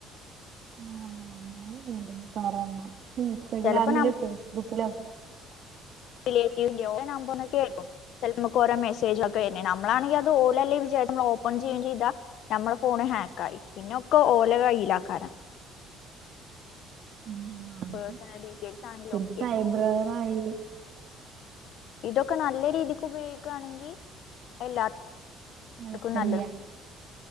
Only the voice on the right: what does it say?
<unintelligible> ഇൻസ്റ്റഗ്രാമിലും
ഫേസ്ബുക്കിലു ഒക്കെ
പിന്നെ അത്
പിന്നെ
സൈബ്രറായി
കുഴപ്പല്ല്യ